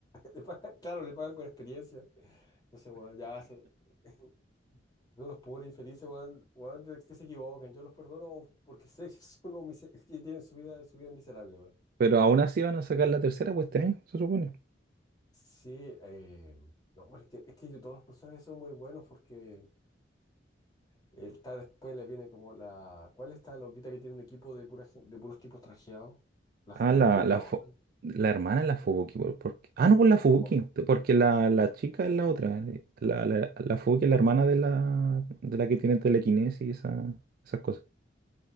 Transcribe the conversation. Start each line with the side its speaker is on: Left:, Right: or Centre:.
Left: Le pagan- claro, le pagan con experiencia. Entonces, weón, ya se... <laughs> Veo unos pobres infelices, weón, weón, de- que se equivoquen. Yo los perdono porque sé que <laughs> son unos mise- que tienen su vida, su vida miserable, weón.
Right: Pero aún así van a sacar la tercera pues este año, se supone.
Left: Sí, eh, no, pero es que, es que yo- todos los personajes son muy buenos porque él está después le viene como la. ¿Cuál es esta loquita que tiene un equipo de, pura, gen- de puros tipos trajeados? ¿La
Right: Ah,
Left: Fubuki
Right: la,
Left: o
Right: la,
Left: la otra?
Right: fo- la hermana es la Fubuki. por- porque- ah, no, por la Fubuki.
Left: O-
Right: Porque la, la chica es la otra. eh, La, la, la Fubuki es la hermana de la, de la que tiene telequinesis y esa- esas cosas.